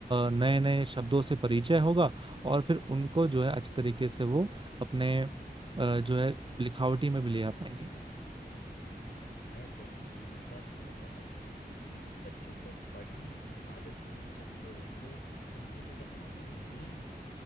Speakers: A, on the right; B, on the left.
A: नए नए शब्दों से परिचय होगा और फिर उनको जो है अच्छे तरीके से वो अपने अ, जो है लिखावटी में भी ले आ पाएंगे
B: मैं सही इस बात से तो मैं सहमत हूँ कि बच्चों को पढ़ने की आदत होनी चाहिए और उनको उनके जो कहते हैं ना उनकी नींव